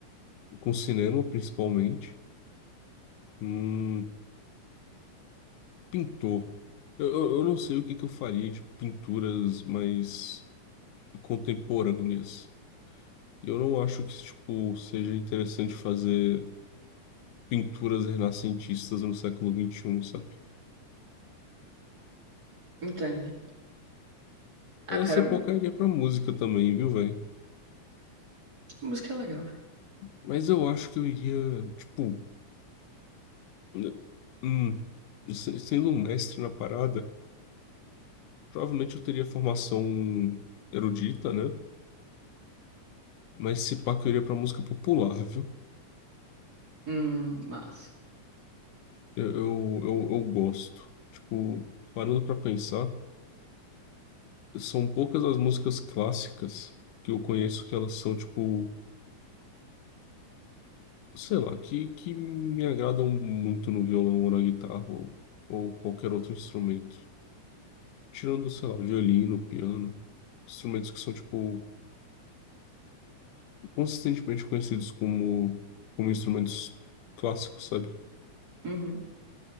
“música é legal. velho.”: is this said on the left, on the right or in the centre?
Right